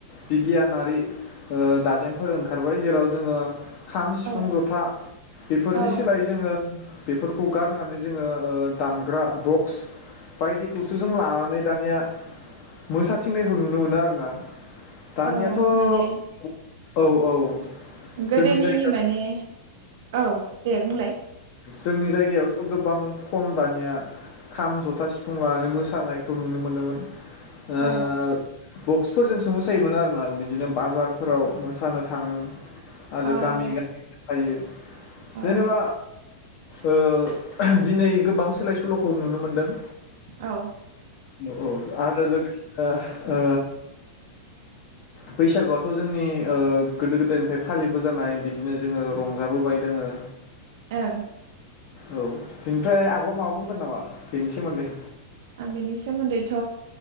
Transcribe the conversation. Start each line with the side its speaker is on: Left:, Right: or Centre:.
Left: बिगियानारि ओ दाजेमफोर ओंखारबाय जेराव जोङो खाम सिफुं
Right: औ
Left: ज'था बेफोरनि
Right: औ
Left: सोलायै जोङो बेफोरखौ गारनानै जोङो ओ दामग्रा बक्स बायदि खौसो जों लानानै दानिया मोसाथिंनायखौ नुनो मोनो आरोना दानियाथ'
Right: औ
Left: औ
Right: माने
Left: औ
Right: गोदोनि
Left: जोंनि जायगायाव
Right: माने औ दे बुंलाय
Left: जोंनि जायगायावथ' गोबां खम दानिया खाम जथा सिफुं लानानै मोसानायखौ नुनो मोनोमोन ओ
Right: औ
Left: बक्सफोरजोंसो मोसायोमोन आरोना बिदिनो बाजारफोराव मोसानो थाङो आरो
Right: ओं
Left: गामि गामि फायो
Right: औ
Left: जेनेबा ओ ओहो दिनै गोबां सोलाय सोल'खौ नुनो मोनदों
Right: औ
Left: औ औ आरो लोगोसेनो ओ बैसागोआथ' जोंनि ओ गोदो गोदायनिफ्राय फालिबो जानाय बिदिनो जोङो रंजाबोबाय दोङो
Right: ओं
Left: औ बेनिफ्राय आब'आ माबा बुंगोन नामा बेनि सोमोन्दै
Right: आं बेनि सोमोन्दैथ'